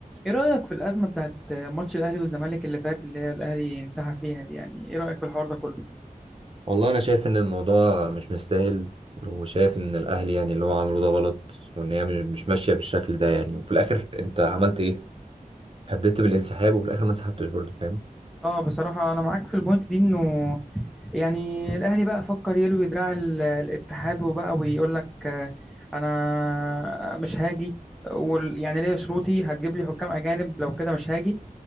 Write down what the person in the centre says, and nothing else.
ايه رأيك في الأزمة بتاعت ماتش الأهلي والزمالك اللي فات اللي هي الأهلي انسحب فيها دي يعني ايه رأيك في الحوار ده كله
اه بصراحة أنا معاك في البوينت دي إنه يعني الأهلي بقى فكر يلوي دراع ال- الاتحاد وبقى ويقول لك آه، أنا مش هاجي وال- يعني ليا شروطي هتجيب لي حكام أجانب لو كده مش هاجي